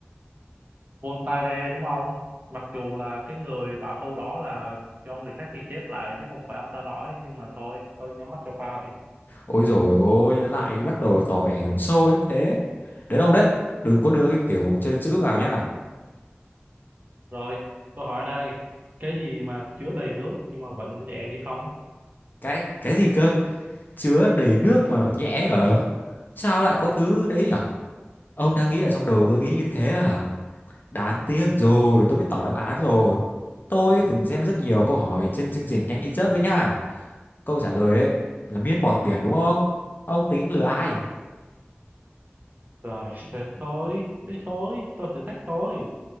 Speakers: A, on the right; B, on the left.
A: Voltaire đúng không? Mặc dù là cái người bảo câu đó là do người khác ghi chép lại chứ không phải ông ta nói nhưng mà thôi tôi nhắm mắt cho pha vậy.
B: Ôi rồi ôi, lại bắt đầu tỏ vẻ hiểu sâu đến thế. Đến ông đấy, đừng có đưa cái kiểu chơi chữ vào nhá.
A: Rồi câu hỏi này cái gì mà chứa đầy nước nhưng mà vẫn nhẹ như không?
B: cái cái gì cơ chứa đầy nước mà nhẽ ở sao lại có thứ đấy nhở ông đang nghĩ là trong đầu tôi nghĩ như thế à đáng tiếc rồi tôi biết tỏ đáp án rồi tôi từng xem rất nhiều câu hỏi trên chương trình nhanh như chớp đấy nhá câu trả lời ấy là miên bọt biển đúng không ông tính lừa ai
A: Rồi thế thôi thế thôi tôi thử thách thôi